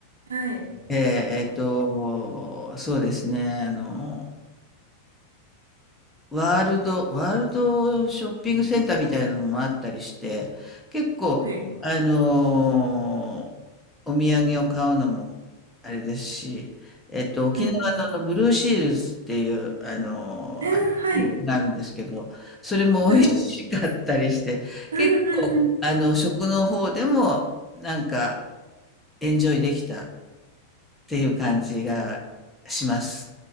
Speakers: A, on the right; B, in the centre.
A: ええはい、
B: えーえっと、そうですね、あの、ワールド、ワールドショッピングセンターみたいなのもあったりして、結構、
A: はい。
B: あのーお土産を買うのも、あれですし、えっと、沖縄のあの、
A: うん、うん
B: ブルーシールズっていう、あのーアイスクリームがあるんですけど、
A: あーはい、
B: それも美味しかったりして、
A: はい。うん、
B: 結構、
A: うん、うん。
B: あの、食の方でも、なんか、エンジョイできたっていう感じがします。